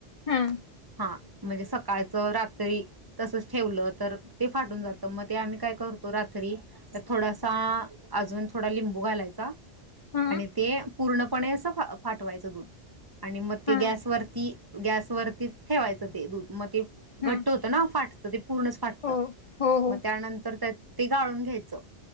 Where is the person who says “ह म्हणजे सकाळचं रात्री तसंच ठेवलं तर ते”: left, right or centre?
Right